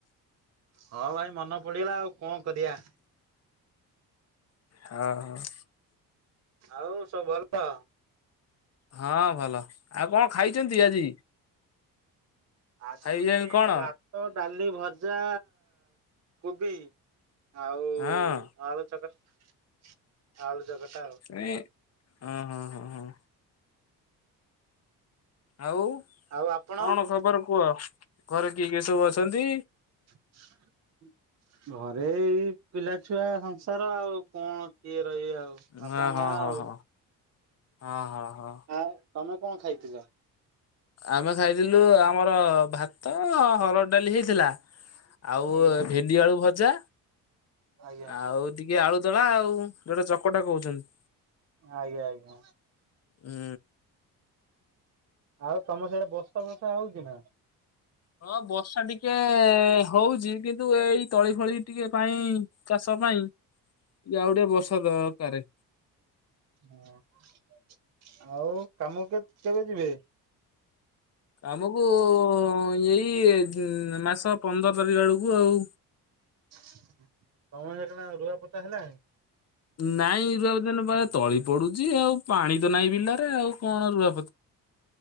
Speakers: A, on the right; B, on the left.
A: ହଁ ଭାଇ ମନ ପଡିଗଲା ଆଉ କଣ କରିବା।
B: ହଁ ହଁ
A: ଆଉ ସବୁ ଭଲ
B: ହଁ ଭଲ ଆଉ କଣ ଖାଇଛନ୍ତି ଆଜି?
A: ଆଜି
B: ଖାଇଲେଣି
A: ଭାତ
B: କଣ?
A: ଭାତ ଡାଲି ଭଜା କୋବି ଆଉ
B: ହଁ।
A: ଆଳୁ ଚକଟ ଆଳୁ ଚକଟା ଆଉ
B: ଏ ହ ହଁ ହଁ ହଁ। ଆଉ
A: ଆଉ ଆପଣ?
B: କଣ ଖବର କୁହ ଘରେ କିଏ କିଏ ସବୁ ଅଛନ୍ତି?
A: ହ ହ ଘରେ ଏଇ ପିଲାଛୁଆ ସଂସାର ଆଉ କଣ କିଏ ରହିବେ ଆଉ? ବାପା
B: ହଁ ହଁ
A: ମା ଆଉ
B: ହଁ ହଁ ହଁ ହଁ ହଁ।
A: ଆ ତମେ କଣ ଖାଇଥିଲ?
B: ଆମେ ଖାଇଥିଲୁ ଆମର ଭାତ ହରଡ଼ ଡାଲି ହେଇଥିଲା। ଆଉ
A: ଆଜ୍ଞା
B: ଭେଣ୍ଡି ଆଳୁ ଭଜା।
A: ଆଜ୍ଞା।
B: ଆଉ ଟିକେ ଆଳୁଦଳା ଆଉ ଯୋଉଟା ଚକଟା କହୁଛନ୍ତି।
A: ଆଜ୍ଞା ଆଜ୍ଞା।
B: ହୁଁ।
A: ଆଉ ତମ ସେଆଡ଼େ ବସା ଫସା ହଉଛି ନା?
B: ହଁ ବର୍ଷା ଟିକେ ହଉଚି କିନ୍ତୁ ଏଇ ତଳି ଫଳି ଟିକେ ପାଇଁ ଚାଷ ପାଇଁ ଟିକେ ଆଉ ଟିକେ ବର୍ଷା ଦରକାର।
A: ଅହ। ଆଉ କାମ କେ କେବେ ଯିବେ?
B: କାମକୁ ଏଇ ମାସ ପନ୍ଦର ତାରିଖ ବେଳକୁ ଆଉ
A: ତମର ସେଆଡ଼େ ରୁଆ ପୋତା ହେଲାଣି?
B: ନାଇଁ ରୁଆପୋତା ପା ତଳି ପଡୁଛି ଆଉ ପାଣି ତ ନାହିଁ ବିଲରେ ଆଉ କଣ ରୁଆ